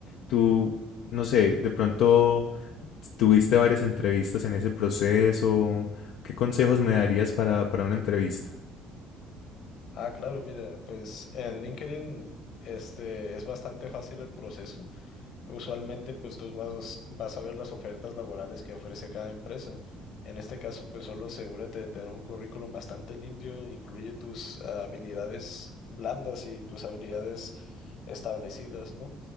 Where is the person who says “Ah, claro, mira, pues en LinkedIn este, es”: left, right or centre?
Left